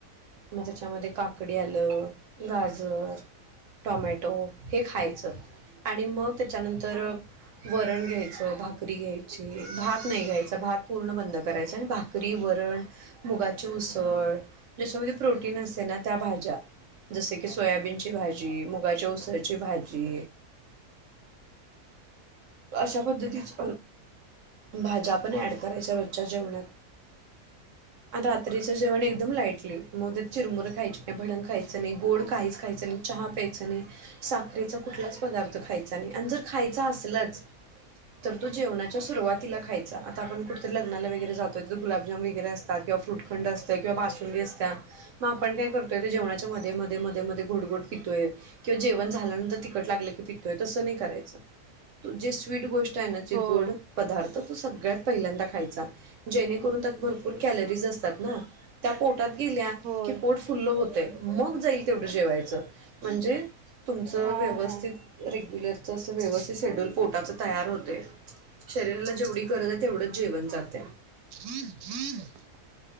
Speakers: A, on the right (about 60°); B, on the right (about 80°).
A: म त्याच्यामध्ये काकडी आलं. गाजर टॉमॅटो हे खायचं. आणि मग त्याच्यानंतर - वरण घ्यायचं. भाकरी घ्यायची. भात नाही घ्यायच. भात पूर्ण बंद करायचं आणि भाक वरण, मुगाची उसळ ज्याच्यामध्ये प्रोटीन असते ना त्या भाज्या जस की सोयाबीन ची भाजी, मुगाच्या उसळ ची भाजी
B: <inaudible>
A: अशा पद्धतीची भाज्या आपण ऍड करायच्या रोजच्या जेवणात. आता रात्रीचं जेवण एकदम लाईटली. मग चिरमुरं खायची नाही. भडंग खायचं नाही. गोड काही खायचं नाही. चहा प्यायचं नाही. साखरेचा कुठलाच पदार्थ खायचा नाही आणि जर खायचा असलाच तर तो जेवणाच्या सुरुवातीला खायचा आता आपण कुठतरी लग्नाला वगैरे जातोय तर गुलाब- - जाम वगैरे असतात किंवा फ्रुटखंड असतं किंवा बासुंदी असत्या मग आपण काय करतोय ते जेणाच्या मध्ये - मध्ये - मध्ये - मध्ये गोड - गोड पितोय. किंवा जेवण झाल्यानंतर तिकट लागलं की पितोय तसं नाही करायचं. तो जी स्वीट गोष्ट आहे ना जे
B: होय
A: गोड पदार्थ तो सगळ्यात पहिल्यांदा खायचा जेणेकरून त्यात भरपूर कॅलरीज असतात ना? त्या पोटात गेल्या
B: होय
A: की पोट फुल्ल होतय. मग जाईल तेवढं जेवायचं म्हणजे तुमचं
B: हां
A: व्यवस्थित
B: हां
A: रेग्युलरचं असं व्यवस्थित सेड्यूल पोटाचं तयार होतय शरीराला जेवढी गरज आहे तेवढंच जेवण जातय.
B: <inaudible>